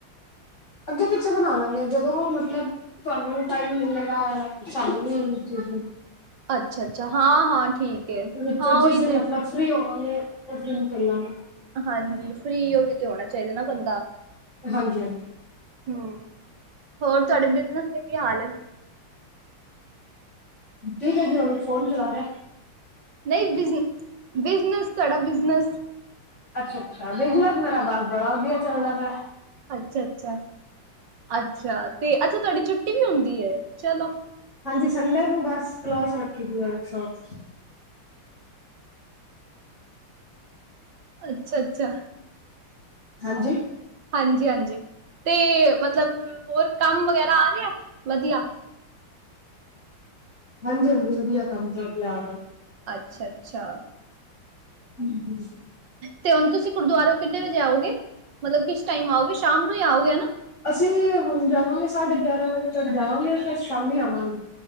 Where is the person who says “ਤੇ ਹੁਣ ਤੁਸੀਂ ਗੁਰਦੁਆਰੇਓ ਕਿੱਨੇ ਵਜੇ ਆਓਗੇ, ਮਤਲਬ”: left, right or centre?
Right